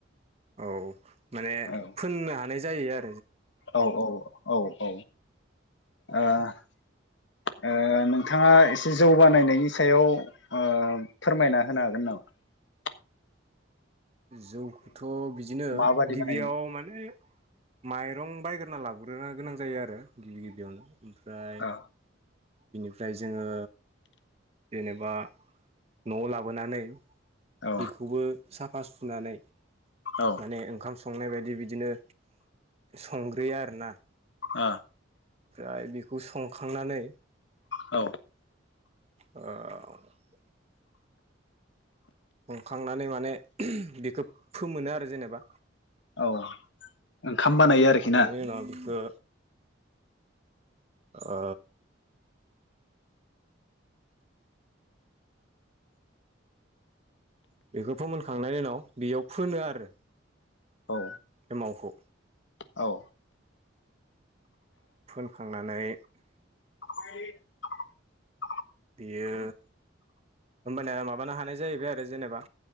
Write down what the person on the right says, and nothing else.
औ माने
फोननो हानाय जायो आ
जौखुथ' बिदिनो
गिबियाव
माने माइरं बायग्रो ना लाबग्रोनो गोनां जायो आरो गिबि गिबियावनो ओमफ्राय
बिनिफ्राय जोङो जेनेबा न'आव लाबोनानै
बिखौबो साफा सुुनानै
माने ओंखाम स संनाय बायदि बिदिनो संग्रोयो आरोना
आय बिखौ संखांनानै
<inaudible> संखांनानै माने बिखौ फोमोनो आरो जेनेबा
फोमोनखांनायनि
उनाव बिखौ ओ बेखो फोमोनखांनायनि उनाव बेयाव फोनो आरो
एमावखौ
फोनखांनानै
बियो होमबानिया माबानो हानाय जाहैबाय आरो जेनेबा